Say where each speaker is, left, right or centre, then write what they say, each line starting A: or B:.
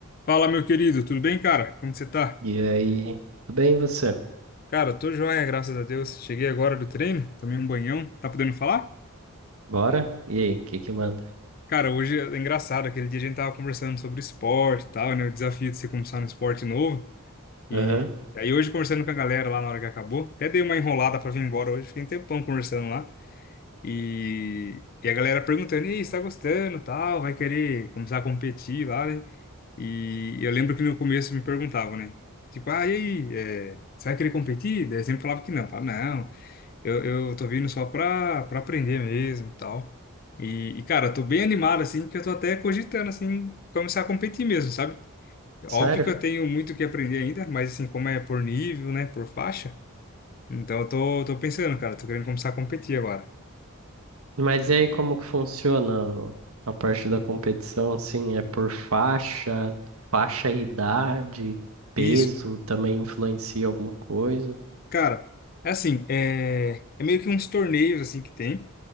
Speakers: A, on the left; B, on the right.
A: Fala, meu querido, tudo bem, cara? Como você tá?
B: E aí, tudo bem e você?
A: Cara, tô joia, graças a Deus. Cheguei agora do treino, tomei um banhão. Tá podendo falar?
B: Bora? E aí, o que que manda?
A: Cara, hoje é engraçado, aquele dia a gente tava conversando sobre esporte e tal, né? O desafio de você começar um esporte novo. E
B: Aham.
A: aí hoje conversando com a galera lá na hora que acabou, até dei uma enrolada pra vir embora hoje, fiquei um tempão conversando lá. E, e a galera perguntando, e você tá gostando, e tal, vai querer começar a competir lá, né? E eu lembro que no começo me perguntavam, né? Tipo, ah, e aí, é, você vai querer competir? Daí eu sempre falava que não. Falava, não, eu, eu tô vindo só pra, pra aprender mesmo e tal. E, e, cara, eu tô bem animado, assim, que eu tô até cogitando, assim, começar a competir mesmo, sabe? Óbvio
B: Sério?
A: que eu tenho muito o que aprender ainda, mas, assim, como é por nível, né, por faixa, então eu tô, tô pensando, cara, tô querendo começar a competir agora.
B: Mas e aí, como que funciona o- a parte da competição, assim, é por faixa, faixa e idade, peso
A: Isso,
B: também influencia alguma coisa?
A: cara, é assim, é, é meio que uns torneios, assim, que tem.